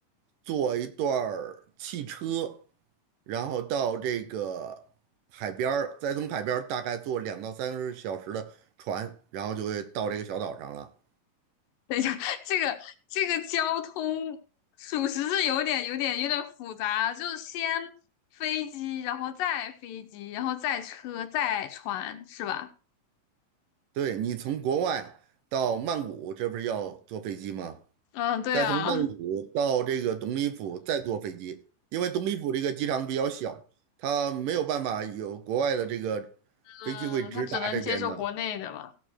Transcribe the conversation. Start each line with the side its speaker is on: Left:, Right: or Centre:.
Right: 坐一段儿汽车，然后到这个海边儿，再从海边儿大概坐两到三个小时的船，然后就会到这个小岛上了。
Left: 等一下，<laughs> 这个这个交通属实是有点有点有点复杂，就是先飞机，然后再飞机，然后再车，再船，是吧？
Right: 对，你从国外到曼谷，这不是要坐飞机吗？
Left: 嗯，对啊，
Right: 再从曼谷到这个董里府再坐飞机，因为董里府这个机场比较小，它没有办法有国外的这个
Left: 嗯，
Right: 飞机会直达这边的。
Left: 他只能接受国内的吧？